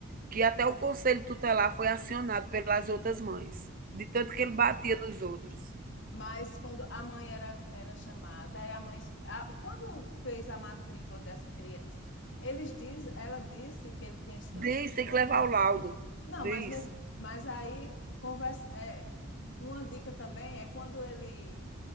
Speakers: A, on the right (about 40°); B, on the left (about 60°).
A: que até o conselho tutelar foi acionado pelas outras mães, de tanto que ele batia nos outros.
B: Mas quando a mãe era, era chamada, a mãe a- quando fez a matrícula dessa criança, eles diz, ela disse que ele tinha esse
A: Diz:
B: transtorno.
A: "Tem que levar o laudo",
B: Não,
A: diz.
B: mas mesmo, mas aí conversa, é, uma dica também é quando ele